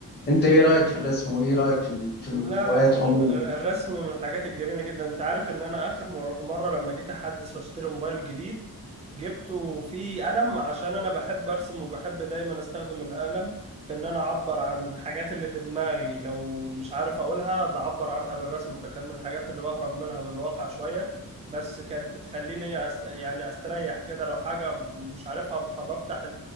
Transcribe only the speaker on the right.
لا
ال-
الرسم من الحاجات الجميلة جدا انت عارف ان انا اخر مر- مرة لما جيت احدث واشتري موبايل جديد جبته فيه قلم عشان انا بحب ارسم وبحب دايما استخدم القلم في ان انا اعبر عن الحاجات اللي في دماغي لو مش عارف اقولها بعبر عنها بالرسم فكان من الحاجات اللي بهرب منها بالواقع شوية بس كانت بتخليني أست... يعني استريح كده لو حاجة مش عارفها فبفتح